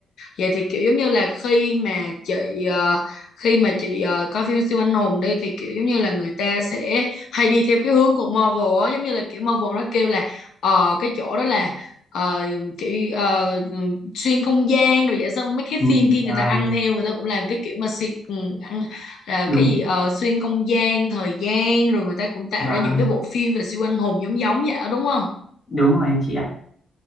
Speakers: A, on the left; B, on the left.
A: Vậy thì kiểu giống như là khi mà chị ờ, khi mà chị ờ, coi phim siêu anh hùng đi thì kiểu giống như là người ta sẽ hay đi theo cái hướng của Marvel á, giống như là kiểu Marvel nó kêu là ờ, cái chỗ đó là ờ, kiểu ờ, ừ, xuyên không gian rồi vậy xong mấy cái
B: Ừ,
A: phim kia người
B: à,
A: ta ăn theo người ta cũng làm cái kiểu mà xuyên, ừ, ăn, là
B: đúng
A: cái gì ờ, xuyên không gian, thời gian rồi người ta cũng tạo
B: và
A: ra những cái bộ phim về siêu anh hùng giống giống vậy đó, đúng không?
B: đúng rồi chị ạ